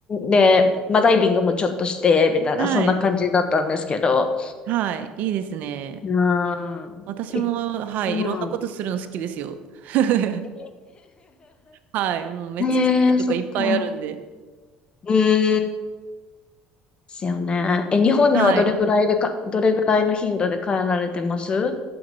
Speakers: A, on the left; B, on the right.
A: で、まあダイビングもちょっとして、みたいな、
B: はい。
A: そんな感じだったんですけど。
B: はい。いいですね。
A: うーん。
B: 私も、
A: い
B: はい。
A: うん。
B: いろんなことするの好きですよ。<laughs>
A: え
B: はい。もうめっちゃ種類とかいっぱいあるんで。
A: ー <laughs> ねえ、そっか。うーん。ですよね。え、日本にはどれぐらいでか、
B: はい。
A: どれぐらいの頻度で帰られてます